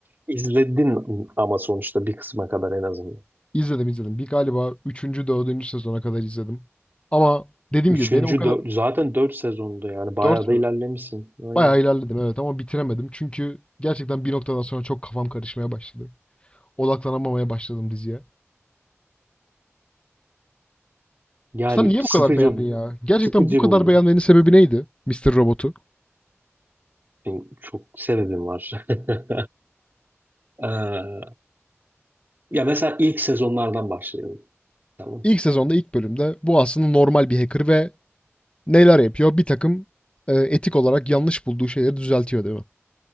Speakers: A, on the right; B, on the left.
A: İzledin ama sonuçta bir kısma kadar en azından.
B: İzledim, izledim. Bir galiba üçüncü dördüncü sezona kadar izledim. Ama dediğim
A: Üçüncü,
B: gibi beni o kadar
A: dör- zaten dört sezondu yani bayağı
B: 4
A: da
B: mü?
A: ilerlemişsin. Aynen.
B: Bayağı ilerledim evet ama bitiremedim. Çünkü gerçekten bir noktadan sonra çok kafam karışmaya başladı. Odaklanamamaya başladım diziye.
A: Yani
B: Sen niye
A: sıkıcı
B: bu kadar beğendin ya? Gerçekten
A: sıkıcı
B: bu kadar
A: buldum.
B: beğenmenin sebebi neydi Mister Robot'u?
A: Benim çok sebebim var. <laughs> Ee, ya mesela ilk sezonlardan başlayalım. Tamam.
B: İlk sezonda ilk bölümde bu aslında normal bir hacker ve neler yapıyor? Bir takım e, etik olarak yanlış bulduğu şeyleri düzeltiyor değil mi?